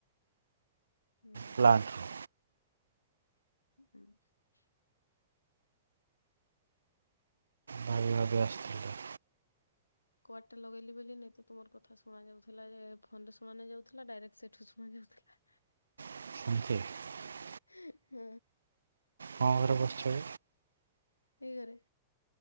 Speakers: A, on the left; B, on the right.
A: ହୁଁ।
B: ପ୍ଲାଣ୍ଟରୁ
A: <unintelligible>
B: ଭାବି ଭାବି ଆସୁଥିଲି।
A: କୁଆଡଟା ଲଗେଇଲି ବୋଲି ନାଇଁ ତ ତୁମର୍ କଥା ଶୁଣା ଯାଉଥିଲା। ଯେ ଫୋନରେ ଶୁଣା ନାଇଁ ଯାଉଥିଲା ଡାଇରେକ୍ଟ ସେଠୁ ଶୁଣା ଯାଉଥିଲା।
B: <inaudible>
A: <unintelligible> ହଁ।
B: ମଁ ଘରେ ପସିଛ କି?
A: ଏଇ ଘରେ।